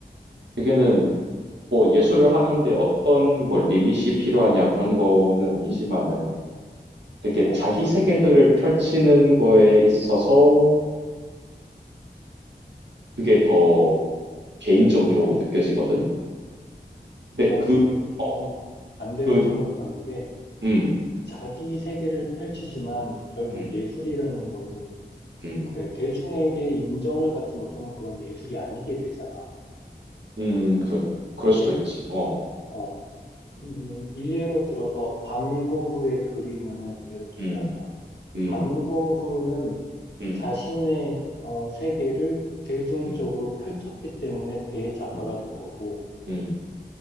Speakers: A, on the right; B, on the left.
A: 되게는 뭐 예술을 하는데 어떤 뭐 리밋이 필요하냐 그런 거는 아니지만은 되게
B: 어,
A: 자기 세계들을 펼치는 거에 있어서 그게 더 개인적으로 느껴지거든. 근데
B: 나는
A: 그, 어,
B: 조금 반대로
A: 그,
B: 생각하는 게
A: 음,
B: 자기 세계를 펼치지만 결국
A: 음,
B: 예술이라는 거는
A: 음,
B: 그래, 대중에게 인정을 받지 못하면 그건 예술이 아니게 되잖아.
A: 음, 그렇,
B: 그치?
A: 그럴 수도 있지. 어,
B: 어, 음, 일례로 들어서 반고흐의 그림을 예로 들자면,
A: 음, 음,
B: 반고흐는
A: 음,
B: 자신의 어, 세계를 대중적으로
A: 음,
B: 펼쳤기 때문에 대작가가
A: 음,
B: 된 거고,
A: 음,